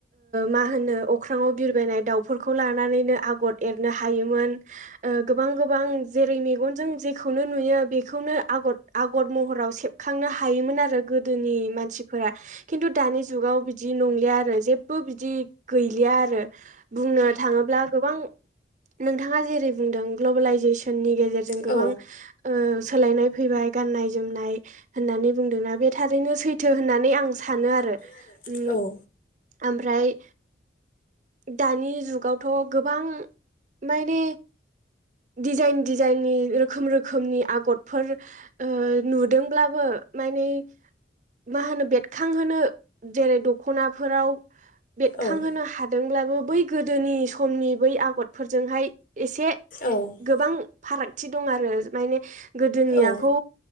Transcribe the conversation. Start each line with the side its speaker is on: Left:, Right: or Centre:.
Right: मा होनो अख्राङाव बिरबायनाय दाउ फोरखौ लानानैनो आगर एरनो हायोमोन गोबां गोबां जेरै मेगनजों जेखौनो नुयो बेखौनो आगर आगर महराव सेबखांनो हायोमोन आरो गोदोनि मानसिफोरा खिन्थु दानि जुगाव बिदि नंलिया आरो जेबो बिदि गैलिया आरो बुंनो थांङोब्ला गोबां नोंथांङा जेरै बुंदों ग्लबेलाइजेसननि गेजेरजों गोबां
Left: औ
Right: ओ सोलायनाय फैबाय। गाननाय जोमनाय होननानै बुंदोंना बे थारैनो सैथो होननानै आं सानो आरो
Left: आरो
Right: ओम
Left: औ
Right: ओमफ्राय दानि जुगावथ' गोबां माने दिजाइन दिजाइननि रोखोम रोखोमनि आगरफोर ओ नुदोंब्लाबो माने माने मा होनो बेरथांहोनो जेरै दखनाफोराव बेरखांहोनो
Left: औ
Right: हादोंब्लाबो बै गोदोनि समनि बै आगरफोरजोंहाय एसे
Left: औ
Right: गोबां फारागथि दं आरो माने गोदोनियाखौ
Left: औ